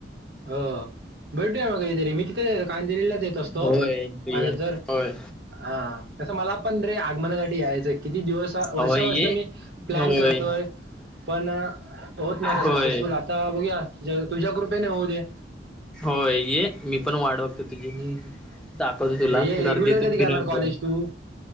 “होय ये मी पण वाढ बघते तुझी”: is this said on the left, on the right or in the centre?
Centre